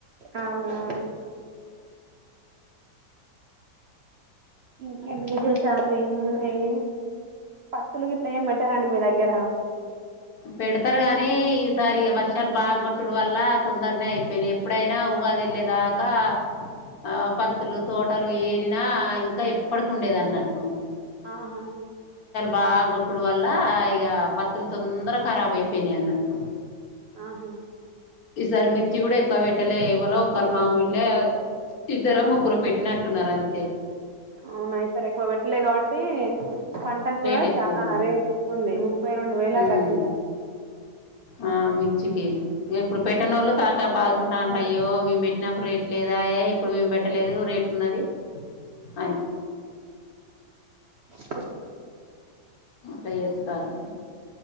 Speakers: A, on the right (about 70°); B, on the left (about 60°).
A: అవునా ఇంకేంటి విశేషాలు ఏమున్నాయి పత్తులు గిట్ల ఎం పెట్టారండి మీ దగ్గర
B: పెడతారు గానీ ఈసారి ఈ వర్షాలు బాగ కొట్టుడు వల్ల తొందరనే అయిపోనియి ఎప్పుడైనా వదిల్లే దాకా ఆ పత్తులు, తోటలు ఏరినా ఇంకా ఎప్పటికుండేదన్నట్టు.
A: ఆహా
B: బాగ్గోట్టుడు వల్ల ఇగా పత్తులు తొందర ఖరాబ్ అయిపోయినన్నట్టు.
A: ఆహా
B: ఈసారి మిర్చి గూడా ఎక్కువ పెట్టలే. ఎవ్వలో ఒక్కరు మా ఊల్లే ఇద్దరో, ముగ్గురు పెట్టినట్టున్నారంతే.
A: అవునాయి సార్ ఎక్కువ పెట్టలే కాబట్టి పంట కూడా
B: రేట్ ఎక్కువ
A: చాలా
B: ఉన్నది
A: అరగే త ఎక్కువంది ముప్పై రెండు వేల
B: ఉమ్
A: అ టాకింటారు
B: ఆ మిర్ మిర్చికి ఇక ఇప్పుడు పెట్టనోళ్ళు తలకా బాదుకుంటాన్రూ. అయ్యో మేము పెట్టినప్పుడు రేట్ లేదాయే, ఇప్పుడు మేమ్మ్ ఇక లేదు రేపున్నది, అని
A: స
B: అట్ట జేత్తారు